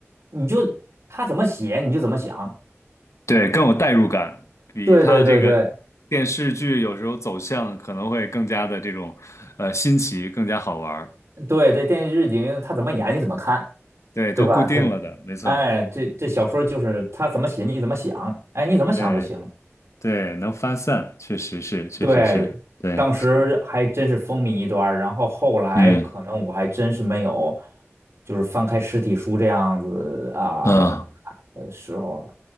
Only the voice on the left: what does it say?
对，更有代入感，比他这个
电视剧有时候走向可能会更加的这种呃新奇，更加好玩儿。
对，都固定了的，
没错。
对对，能发散，确实是，确实是，
对，
嗯
嗯，